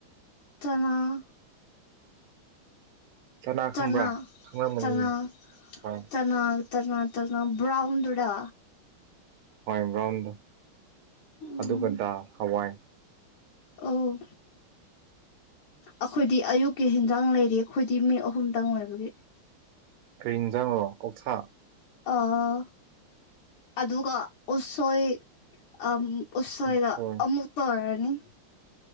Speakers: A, on the left; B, on the right.
A: ꯆꯥꯅꯥ
B: ꯆꯅꯥ
A: ꯆꯥꯅꯥ
B: ꯈꯪꯕ꯭ꯔꯥ ꯈꯪꯂꯝꯒꯅꯤ
A: ꯆꯥꯅꯥ
B: ꯍꯣꯏ
A: ꯆꯥꯅꯥ ꯆꯥꯅꯥ ꯆꯥꯅꯥ ꯕ꯭ꯔꯥꯎꯟꯗꯨꯔ
B: ꯍꯣꯏ ꯕ꯭ꯔꯥꯎꯟꯗꯣ
A: ꯎꯝ
B: ꯑꯗꯨꯒ ꯗꯥ ꯍꯋꯥꯏ
A: ꯑꫭ ꯑꯥꯈꯣꯏꯗꯤ ꯑꯌꯨꯛꯀꯤ ꯍꯦꯟꯖꯥꯡ ꯂꯩꯔꯤ ꯑꯩꯈꯣꯏꯗꯤ ꯃꯤ ꯑꯍꯨꯝꯇꯪ ꯑꯣꯏꯕꯒꯤ
B: ꯀꯔꯤ ꯏꯖꯥꯡꯔꯣ ꯑꯣꯛꯁꯥ
A: ꯑꯥ ꯑꯗꯨꯒ ꯎꯁꯣꯏ ꯑꯝ ꯎꯁꯣꯏꯒ
B: ꯎꯁꯣꯏ
A: ꯑꯃꯨꯛ ꯇꯧꯔꯅꯤ